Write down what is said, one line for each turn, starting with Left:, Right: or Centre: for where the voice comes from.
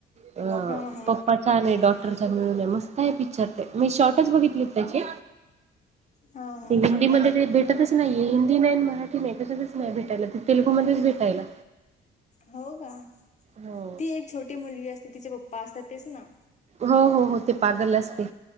Right: अ
Left: हा हा
Right: पप्पाचा आणि डॉक्टरचा मिळून आहे मस्त आहे पिक्चर ते मी शॉर्टच बघितले ते
Left: हा हा
Right: हिंदी मध्ये भेटतच नाहीये हिंदी नाही, मराठी नाही कशातच नाही भेटायला त तेलुगूमध्येच भेटायला.
Left: हो का.
Right: हो.
Left: ती एक छोटी मुलगी असते तिचे पप्पा असतात तेच ना?
Right: हो हो हो ते पागल असते.